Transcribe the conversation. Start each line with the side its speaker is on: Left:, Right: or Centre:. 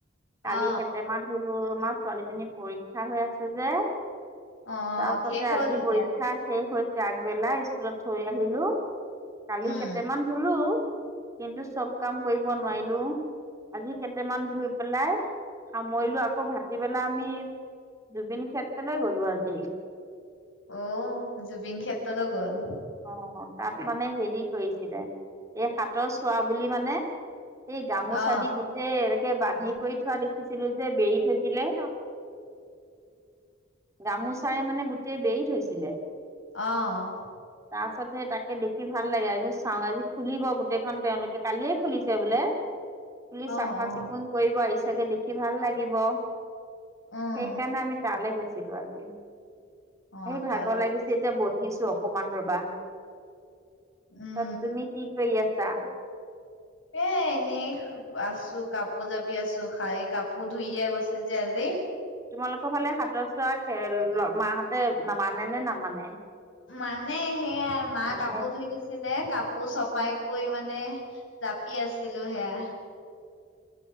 Left: অ
Right: কালি কেইটামান ধুলোঁ, আমাৰ ছোৱালীজনীৰ পৰীক্ষা হৈ আছে যে।
Left: অ
Right: তাৰপাছতে
Left: শেষ হ'ল
Right: আজি
Left: এতিয়া
Right: পৰীক্ষা শেষ হৈ আগবেলা স্কুলত থৈ আহিলোঁ। কালি
Left: উম
Right: কেইটামান ধুলোঁ। কিন্তু চব কাম কৰিব নোৱাৰিলোঁ। আজি কেইটামান ধুই পেলাই সামৰিলোঁ আকৌ ভাটিবেলা আমি জুবিন ক্ষেত্ৰলে গ'লো আজি।
Left: অ' জুবিন ক্ষেত্ৰলৈ গ'ল।
Right: অ' তাত মানে হেৰি কৰিছিলে, এই সাতৰ চোৱা বুলি মানে সেই গামোচা
Left: অ
Right: দি গোটেই এনেকে বান্ধি কৰি থোৱা দেখিছিলোঁ যে বেৰি থৈছিলে গামোচাৰে মানে গোটেই বেৰি থৈছিলে।
Left: অ'।
Right: তাৰপাছত হে তাকে দেখি ভাল লাগে। চাওঁ, আজি খুলিব গোটেইখন তেওঁলোকে, কালিয়ে খুলিছে বোলে। তুলি
Left: অ
Right: চাফা
Left: অ
Right: চিকুণ কৰিব আহি চাগে দেখি ভাল লাগিব। সেইকাৰণে
Left: উম
Right: আমি টালে গৈছিলোঁ আজি।
Left: অ
Right: সেই ভাগৰ
Left: তালৈ
Right: লাগিছে
Left: গল
Right: এতিয়া বহিছোঁ অকমান ৰ'বা।
Left: উম।
Right: তাত তুমি কি কৰি আছা?
Left: এ, এনেই আছোঁ, কাপোৰ জাপি আছোঁ, খা এই কাপোৰ ধুই দিয়া গৈছিল যে আজি।
Right: তোমালোকৰ ফালে সাতৰ চোৱা খেল ৰ মাহঁতে নামানে নে নামানে?
Left: মানে, সেয়া মা
Right: ভালে
Left: কাপোৰ ধুই দিছিলে, কাপোৰ চপাই
Right: উম
Left: কৰি মানে জাপি আছিলোঁ সেয়া।